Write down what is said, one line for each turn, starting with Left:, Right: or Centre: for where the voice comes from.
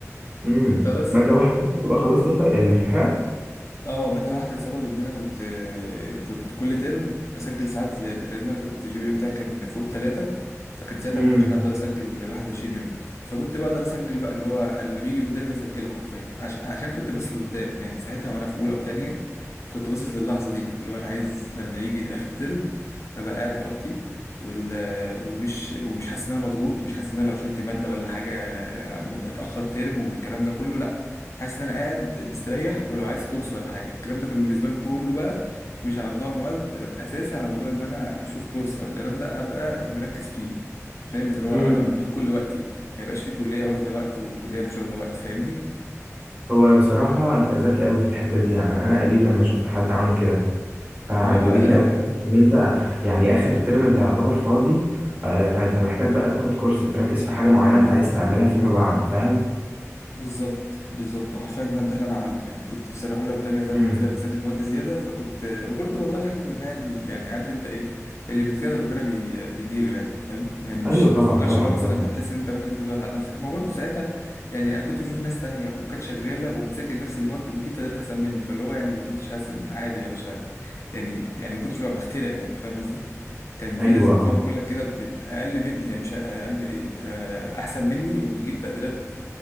Right: امم
Left: فبس
Right: ماده واحده بس تبقى خلصت الف- الامتحانات
Left: اه مادة واحدة لسبب ان انا كنت كنت كل ترم اسجل ساعات زيادة لان انا كنت جي بي اي بتاعي كان فوق التلاتة فكان ساعتها
Right: امم
Left: ممكن اقدر اسجل 21 يونت فكنت بقدر اسجل بقى اللي هو اللي بيجي قدامي بسجله حرفيا عش... عشان كنت باصص لقدام يعني ساعتها وانا في اولى وتانية كنت باصص للحظة دي اللي هو انا عايز لما يجي اخر ترم ابقى قاعد براحتي وال... ومش ومش حاسس ان انا مضغوط مش حاسس ان انا لو شلت مادة ولا حاجة اتأخر ترم والكلام ده كله لا حاسس ان انا قاعد مستريح ولو عايز كورس ولا حاجه الكلام ده كان بالنسبه لي كله بقى مش على موضوع المواد بس اساسي على موضوع ان انا اشوف كورس او الكلام ده ابقى مركز فيه فاهم اللي هو
Right: امم
Left: ابقى بديله كل وقتي ما يبقاش فيه كليه واخده وقت وكليه مش واخده وقت فاهمني
Right: هو بصراحه انت ذكي قوي في الحته دي يعني انا قليل لما شفت حد عامل كده فعجبتني
Left: ما هو لا
Right: قوي ان انت يعني اخر ترم انت يعتبر فاضي آه، فانت محتاج بقى تاخد كورس تركز في حاجه معينه انت عايز تعملها فيما بعد فاهم
Left: بالظبط بالظبط وحرفيا ده ده اللي انا عملته يعني كنت في سنه اولى وتانية زي ما
Right: امم
Left: قلت لك بسجل مواد زياده فكنت وبرضه والله الحمد لله يعني يعني عارف انت ايه اللي بيجتهد ربنا بي... بيديله يعني فاهم يعني مش
Right: ايوه
Left: ما
Right: طبعا
Left: تفكرش
Right: طبعا
Left: اللي هو مثلا
Right: طبعا
Left: انت تحس ان انت ممكن تضغط على نفسك ما هو برضه ساعتها يعني انا كنت بشوف ناس تانية وكانت شغاله وبتسجل نفس المواد وبتجيب تقديرات احسن مني فاللي هو يعني ما كنتش حاسس ان عادي يا باشا يعني يعني ما كنتش بقى بخترع يعني فاهم قصدي كان في
Right: ايوه
Left: ناس بقى
Right: اه
Left: زي ما بقول لك كده بت- اقل من يعني مش اقل ايه آه، احسن مني وبتجيب تقديرات